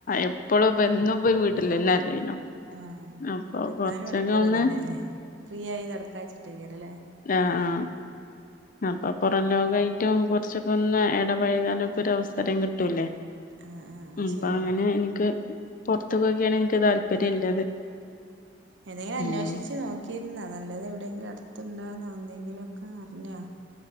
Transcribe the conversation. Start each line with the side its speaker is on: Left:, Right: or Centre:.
Left: എപ്പളും ഇപ്പം എന്നും ഇപ്പോ വീട്ടിലന്നെ അല്ലായിനോ
Right: ആഹ്
Left: അപ്പൊ
Right: ഇരുപത്തിനാല്
Left: കൊറച്ചൊക്കെ
Right: മണിക്കൂർ
Left: ഒന്ന്
Right: ഇതന്നെല്ലേ ഫ്രീ ആയി നടക്കാച്ചിട്ടേക്കരല്ലേ
Left: ആ ആ അപ്പൊ പുറം ലോകായി ഏറ്റവും കുറച്ചൊക്കെ ഒന്ന് ഇടപഴകാനൊക്കെ ഒരു അവസരം കിട്ടൂലേ
Right: ആഹ് ആഹ്
Left: അപ്പൊ
Right: ശരിയാണ്
Left: അങ്ങനെ എനിക്ക് പൊറത്തു പോകുകയാണ് എനിക്ക് താല്പര്യം ഇല്ലത്
Right: ഏതെങ്കിലും അന്വേഷിച്ച്
Left: ഉം
Right: നോക്കിയിരുന്നാ നല്ലത് എവിടെയെങ്കിലും അടുത്തുണ്ടോന്ന് എന്തെങ്കിലുമൊക്കെ അറിഞ്ഞാ